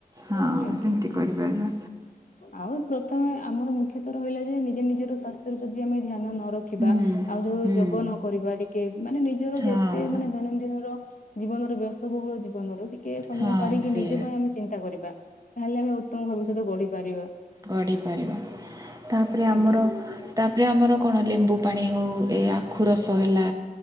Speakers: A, on the right; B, on the left.
A: ହଁ।
B: ଞ
A: ସେମିତି କରିପାରିବା
B: ଆଉ ପ୍ରଥମେ ଆମର ମୁ ମୁଖ୍ୟତ ରହିଲା ଯେ ନିଜେ ନିଜର ସ୍ୱାସ୍ଥ୍ୟ ର ଯଦି ଆମେ ଧ୍ୟାନ ନ ରଖିବା
A: ହୁଁ
B: ଆଉ ଯଉ
A: ହୁଁ
B: କରିବା ଟିକେ ମାନେ ନିଜର
A: ହଁ
B: ଯେତେ ମାନେ ଦୈନନ୍ଦିନର ଜୀବନର ବ୍ୟସ୍ତବହୁଳ ଜୀବନରୁ ଟିକେ କିଏ ସମୟ
A: ହଁ
B: କାଢିକି
A: ସେଇଆ
B: ନିଜ ପାଇଁ ଆମେ ଚିନ୍ତା କରିବା ତାହେଲେ ଆମେ ଉତ୍ତମ ଭବିଷ୍ୟତ ଗଢିପାରିବା ।
A: ଗଢିପାରିବା । ତାପରେ ଆମର
B: ଆଜ୍ଞା
A: ତାପରେ ଆମର କଣ ଲେମ୍ବୁ ପାଣି ହଉ ଏ ରଷ ହେଲା